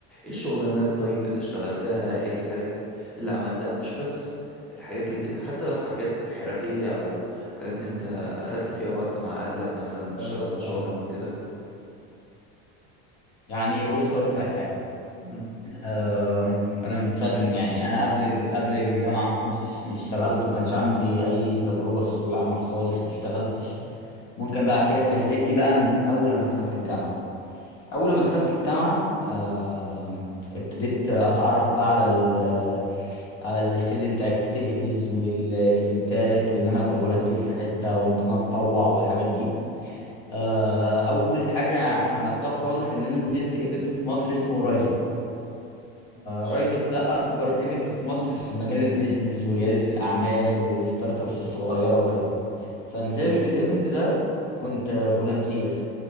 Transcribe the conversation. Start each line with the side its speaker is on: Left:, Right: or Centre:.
Centre: الشغلانات طيب اللي اشتغلتها ايه الحاجات اللي عملتها مش بس الحاجات اللي كده حتى لو حاجات حرفية او حاجات انت اخدت فيها وقت مع اهلك مثلا اشتغلت
Left: ايوه فاهم
Centre: شغلة مع كده
Left: يعني بص اقول لك على حاجه
Centre: مم.
Left: أه انا من ساعه يعني انا قبل ال- قبل الجامعه ما كنتش اشتغلت ما كانش عندي اي تجربه في سوق العمل خالص ما اشتغلتش ممكن بقى احكي لك رحلتي بقى من اول لما دخلت الجامعه اول ما دخلت الجامعه آه، ابتديت اتعرف بقى على ال على الستودنت اكتيفيتيز والايفنتات وان انا ابقى فولunteer في حته وان انا اتطوع والحاجات دي آه، اول حاجه عملتها خالص ان انا نزلت ايفنت في مصر اسمه رايز اب
Centre: ماشي
Left: رايز اب ده اكبر ايفنت في مصر في مجال البيزنس ورياده الاعمال والستارت ابس الصغيره وكده فنزلت الايفنت ده كنت فولunteer